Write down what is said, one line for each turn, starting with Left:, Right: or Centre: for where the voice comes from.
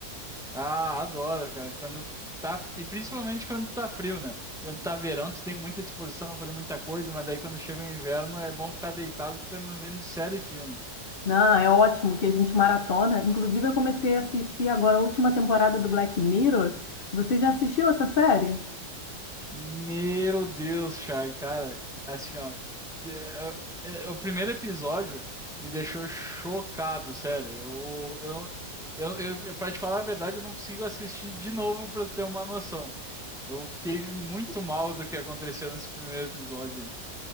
Centre: Ah, adoro, cara. Quando tá, e principalmente quando tá frio, né? Quando tá verão, tu tem muita disposição a fazer muita coisa, mas daí quando chega o inverno é bom ficar deitado, ficando vendo série e filme.
Left: Não, é ótimo que a gente maratona. Inclusive, eu comecei a assistir agora a última temporada do Black Mirror. Você já assistiu essa série?
Centre: Meu Deus, Chay, cara, assim, ó, é- é- é, o primeiro episódio me deixou chocado, sério. Eu, eu, não- eu, eu, eu- pra te falar a verdade, eu não consigo assistir de novo pra ter uma noção. Eu fiquei muito mal do que aconteceu nesse primeiro episódio. aí.